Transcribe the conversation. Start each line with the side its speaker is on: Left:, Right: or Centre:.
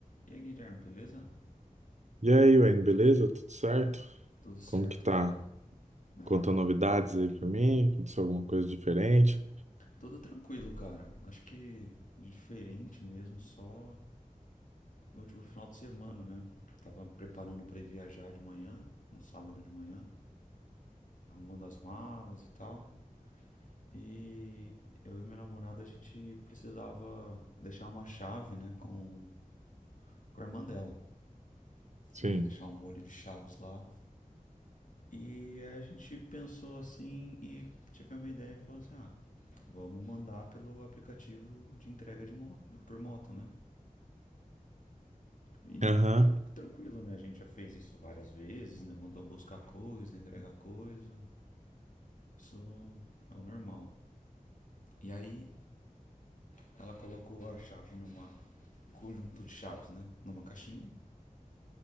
Left: E aí, Guilherme, beleza?
Right: E aí, Wayne, beleza? Tudo certo?
Left: Tudo certo,
Right: Como que tá?
Left: cara. Ah,
Right: Conta
Left: tudo,
Right: novidades aí pra mim? Aconteceu alguma coisa diferente?
Left: tudo tranquilo, cara. Acho que de diferente mesmo, só no último final de semana, né? Tava preparando pra ir viajar de manhã, no sábado de manhã, arrumando as malas e tal. E eu e minha namorada, a gente precisava deixar uma chave, né, com, com a irmã dela.
Right: Sim.
Left: né? Deixar um molho de chaves lá E aí a gente pensou assim e tivemos uma ideia de falar assim, ah, vamos mandar pelo aplicativo de entrega de moto, por moto, né? E
Right: Aham.
Left: tran- tranquilo, né? A gente já fez isso várias vezes, né? Mandou buscar coisa, entregar coisa. Isso é o normal. E aí ela colocou a chave numa um conjunto de chaves, né? Numa caixinha.